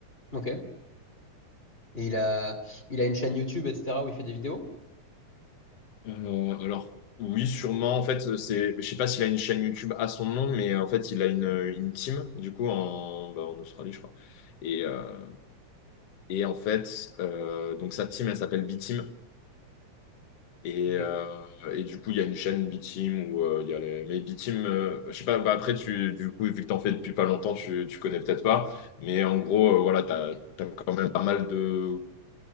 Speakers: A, on the left (about 20°); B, on the left (about 60°).
A: Ok. Et il a, il a une chaîne YouTube, etc., où il fait des vidéos.
B: Euh, alors, oui, sûrement. En fait, c'est, je sais pas s'il a une chaîne YouTube à son nom, mais en fait, il a une, une team, du coup, en, bah, en Australie, je crois. Et, euh, et en fait, euh, donc sa team, elle s'appelle B-Team. Et,
A: Ok,
B: euh, et du coup, il y a une chaîne B-Team où euh, il y a les... Mais B-Team, euh, je sais pas, bah après, tu, du coup, vu que t'en fais depuis pas longtemps, tu, tu connais peut-être pas. Mais en gros, euh, voilà, t'as, t'as quand même pas mal de...